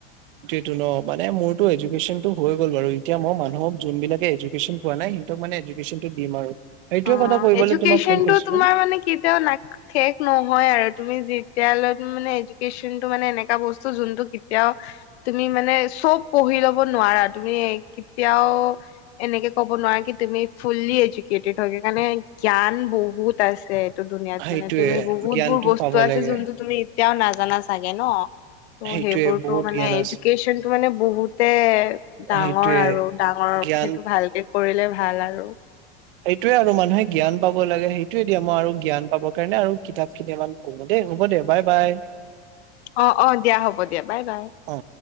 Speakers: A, on the right; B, on the left.
A: ত ন মানে মোৰতো এডুকেশ্যন টো হৈ গ'ল বাৰু এতিয়া মই মানুহক যোনবিলাকে এডুকেশ্যন পোৱা নাই সিহতক মানে এডুকেশ্যনটো দিম আৰু সেইটোয়ে
B: অ
A: কথা কৰিবলৈ
B: এডুকেশ্যন
A: তোমাক ফোন কৰিছিলো
B: টো তোমাৰ মানে কেতিয়াও না শেষ নহয় আৰু তুমি যি এতিয়া মানে এডুকেশ্যন টো মানে এনেকা বস্তু যোনটো কেতিয়াও তুমি মানে চব পঢ়ি লব নোৱাৰা তুমি- কেতিয়াও এনেকে কব নোৱাৰা কি তুমি ফুললি এডুকেড এডুকেডৰ কাৰণে জ্ঞান বহুত আছে। এইটো দুুনীয়াত
A: সেইটোয়ে
B: মানে তুমি বহুত
A: জ্ঞানটো
B: বোৰ বস্তু
A: পাব
B: আছে
A: লাগে
B: যোনটো তুমি- এতিয়াও নাজানা চাগে ন ত'
A: সেইটোয়ে
B: সেইবোৰতো
A: বহুত
B: মানে
A: জ্ঞান
B: এডুকেশ্যচনটো
A: আছে
B: মানে বহুতে- ডাঙৰ
A: সেইটোয়ে
B: আৰু ডাঙৰ
A: জ্ঞান
B: সেইটো ভালকে কৰিলে ভাল আৰু
A: এইটোৱে আৰু মানুহে জ্ঞান পাব লাগে সেইটোয়ে দিয়া মই আৰু জ্ঞান পাব কাৰণে আৰু কিতাপ খিনি অকমান পঢ়ো দেই হব। হ'ব দে বাই বাই।
B: অ অ দিয়া হ'ব দিয়া বাই বাই।
A: অ